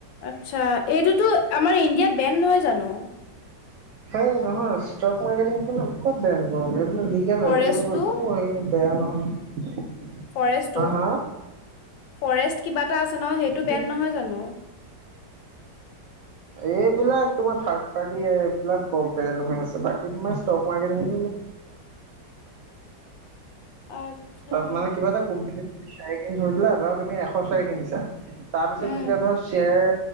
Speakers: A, on the left; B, on the right.
A: আচ্ছা এইটোতো আমাৰ ইণ্ডিয়াত বেন নহয় জানো?
B: হেই নহয় ষ্টক মাৰকেটিং কোনে ক'ত বেন কৰ, এইবিলাক লিগেল
A: ফৰেষ্টটো
B: হয়। বেয়া নহয় নহয়।
A: ফৰেষ্টটো
B: হা হা
A: ফৰেষ্ট কিবা এটা আছে নহয়‌, সেইটো
B: কি
A: বেন নহয় জানো?
B: এইবিলাক তোমাৰ থাৰ্ড পাৰ্টি এইবিলাক ব - বেন হৈ আছে, বাকী তোমাৰ ষ্টক মাৰ্কেট <unintelligible>
A: আচ্ছা
B: তাত মানে কিবা এটা কোম্পানীক বিচাৰি কেনে ধৰি পেলাই ধৰা তুমি এশ চাৰি কিনিছা তাৰপিছত
A: উম
B: যেতিয়া ধৰা শ্বেয়াৰ